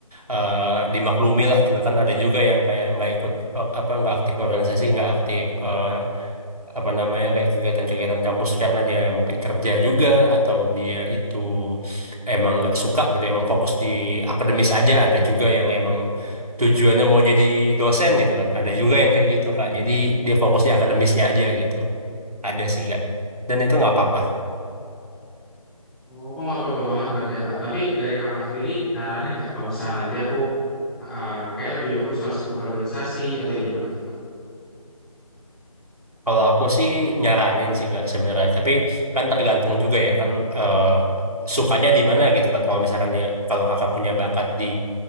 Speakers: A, on the right; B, in the centre.
A: eh, dimaklumi lah juga kan ada juga yang kayak nggak ikut eh, apa nggak aktif organisasi nggak aktif eh, apa namanya kayak kegiatan-kegiatan kampus karena dia mungkin kerja juga atau dia itu emang nggak suka gitu emang fokus di akademis aja ada juga yang emang tujuannya mau jadi dosen gitu kan ada juga yang kayak gitu kak jadi dia fokus di akademisnya aja gitu ada sih kak dan itu nggak apa-apa
B: Oh, oh, nggak apa-apa banget berarti ya kak. Tapi dari kakak sendiri nyaranin nggak kalau misalnya nanti aku eh, kayak lebih bagus harus ikut organisasi atau gimana tuh kak?
A: Kalau aku sih nyaranin sih Kak sebenarnya, tapi kan tergantung juga ya kan eh, sukanya di mana gitu kan. Kalau misalkan dia kalau kakak punya bakat di